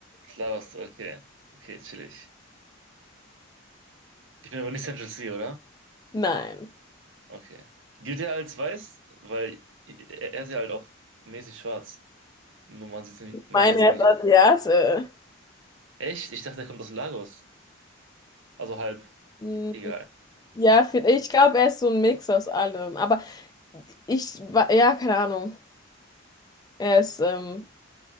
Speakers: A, on the right; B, on the left.
A: Klar, was- okay. Okay, chillig. Ich bin aber nicht Central C, oder?
B: Nein.
A: Okay. Gilt er als weiß? Weil er er ist ja halt auch mäßig schwarz. Nur man sieht's nicht, man
B: Meine
A: sieht's
B: er
A: ihm nicht
B: ist Asiate.
A: an. Echt? Ich dachte, er kommt aus Lagos. Also halb.
B: Hm,
A: E-, Egal.
B: Ja, viel- ich glaube, er ist so ein Mix aus allem. Aber ich war, ja, keine Ahnung. Er ist ähm,